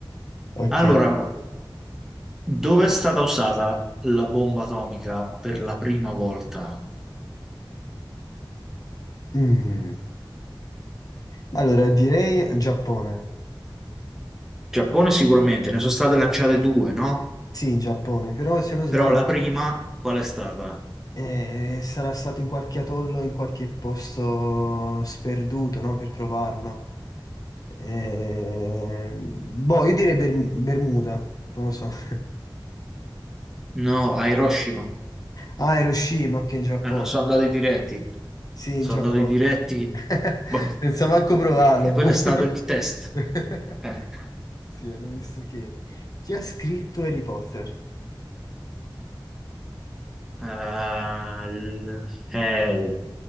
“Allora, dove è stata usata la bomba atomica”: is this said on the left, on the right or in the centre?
Centre